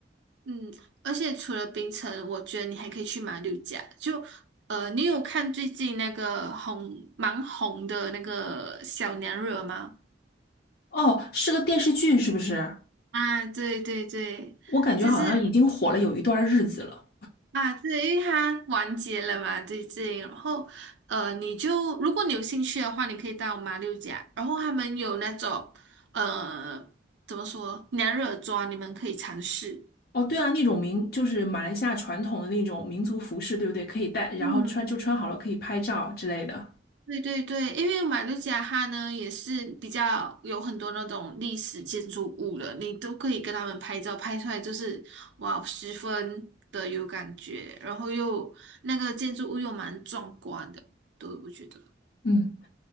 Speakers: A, on the right (about 75°); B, on the left (about 55°).
A: 嗯，而且除了槟城，我觉得你还可以去马六甲。就呃，你有看最近那个红蛮红的那个小娘惹吗？
B: 哦，是个电视剧是不是？
A: 啊，对对对，
B: 我感觉好像已经火了有一段日子了。
A: 就是啊，对，因为它完结了嘛，对对，然后呃，你就如果你有兴趣的话，你可以到马六甲，然后他们有那种呃，怎么说娘惹妆，你们可以尝试。
B: 哦，对啊，那种民就是马来西亚传统的那种民族服饰，对不对？可以带，然后穿就穿好了，
A: 嗯。
B: 可以拍照之类的。
A: 对对对，因为马六甲它呢也是比较有很多那种历史建筑物了，你都可以跟他们拍照，拍出来就是哇，十分的有感觉，然后又那个建筑物又蛮壮观的，对，我觉得
B: 嗯，